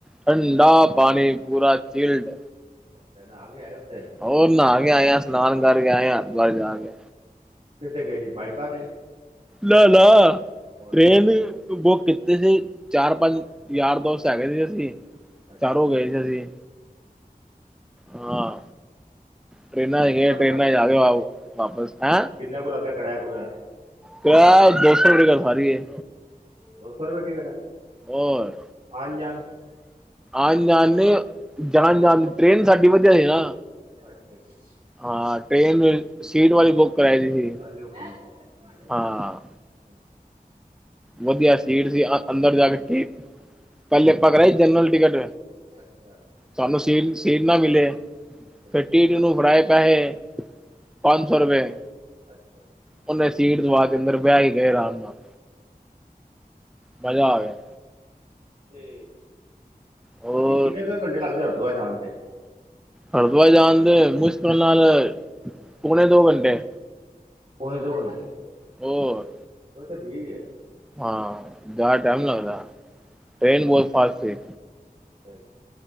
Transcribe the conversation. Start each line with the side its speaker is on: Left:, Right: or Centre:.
Centre: ਠੰਡਾ
Right: ਅੱਛਾ ਜੀ
Centre: ਪਾਣੀ ਪੂਰਾ ਚੀਲਡ
Right: ਅੱਛਾ, ਨਹਾ ਵੀ ਆਇਓ ਉਹਥੇ
Centre: ਹੋਰ ਨਹਾ ਕੇ ਆਏ ਆ, ਇਸ਼ਨਾਨ ਕਰ ਕੇ ਆਏ, ਹਾਂ ਹਰੀਧਵਾਰ ਜਾਕੇ।
Right: ਕਿਦੇ ਤੇ ਗਏ ਸੀ ਬਾਇਕਾ ਤੇ
Centre: ਨਾ-ਨਾ
Right: ਹੋਰ
Centre: ਟ੍ਰੇਨ। ਬੁਕ ਕਿੱਤੇ ਸੀ ਚਾਰ-ਪੰਜ ਯਾਰ-ਦੋਸਤ ਹੈਗੇ ਸੀ ਅਸੀਂ।
Right: ਅੱਛਾ
Centre: ਚਾਰੋ ਗਏ ਸੀ ਅਸੀਂ ਹਾਂ। ਟ੍ਰੇਨਾਂ
Right: ਕਿੰਨਾ
Centre: ਚ ਗਏ ਟ੍ਰੇਨਾਂ ਚ ਆ ਗਏ ਵਾਪਸ ਹਾਂ।
Right: ਕਿਨਾ ਕੁ ਲਗਿਆ ਕਿਰਾਇਆ ਕੁਰਯਾ
Centre: ਕਿਰਾਯਾ ਦੋ ਸੌ ਰੁਪਏ ਤਾ ਸਾਰੀ ਏ।
Right: ਦੋ ਸੋਂ ਰੁਪਏ ਟਿਕਟ।
Centre: ਹੋਰ
Right: ਆਨ ਜਾਨ
Centre: ਆਨ ਜਾਨ ਨੀ, ਜਾਨ-ਜਾਨ ਟ੍ਰੇਨ ਸਾਡੀ ਵਧੀਆ ਏ ਨਾ।
Right: ਅੱਛਾ, ਅੱਛਾ, ਅੱਛਾ, ਅੱਛਾ।
Centre: ਹਾਂ ਟ੍ਰੇਨ ਵੀ ਸੀਟ ਵਾਇਜ਼ ਬੁੱਕ ਕਰਾਈ ਦੀ ਸੀ
Right: <unintelligible>
Centre: ਹਾਂ ਵਧੀਆ
Right: ਅੱਛਾ
Centre: ਸੀਟ ਸੀ, ਆ ਅੰਦਰ ਜਾ ਕੇ ਠੀ ਪਹਿਲੇ ਆਪਾਂ ਕਰਾਈ ਜਨਰਲ ਟਿਕਟ।
Right: ਅੱਛਾ।
Centre: ਸਾਨੂੰ ਸੀਟ-ਸੀਟ ਨਾ ਮਿਲੇ
Right: ਅੱਛਾ ਜੀ
Centre: ਫਿਰ ਟੀਸੀ ਨੂੰ ਫੜਾਏ ਪੈਹੇ। ਪੰਜ ਸੌ ਰੁਪਏ,
Right: ਅੱਛਾ
Centre: ਉਹਨੇ ਸੀਟ ਦਵਾ ਕੇ ਅੰਦਰ ਬੈ ਕੇ ਗਏ ਆਰਾਮ ਨਾਲ। ਮਜ਼ਾ ਆ ਗਿਆ।
Right: ਤੇ
Centre: ਹੋਰ
Right: ਭਾਜੀ ਕਿੰਨੇ ਕੁ ਘੰਟੇ ਲੱਗਦੇ ਹਰਿਦੁਆਰ ਜਾਨ ਤੇ?
Centre: ਹਰਿਦੁਆਰ ਜਾਨ ਦੇ ਮੁਸ਼ਕਿਲ ਨਾਲ ਪੋਨੇ ਦੋ ਘੰਟੇ।
Right: ਪੋਨੇ ਦੋ ਘੰਟੇ,
Centre: ਹੋਰ
Right: ਫੇਰ ਤੇ ਠੀਕ ਏ।
Centre: ਹਾਂ ਜਾਦਾ ਟਾਈਮ ਨੀ ਲਗਦਾ, ਟ੍ਰੇਨ ਬੋਤ ਫਾਸਟ ਸੀ।
Right: ਅੱਛਾ ਜੀ।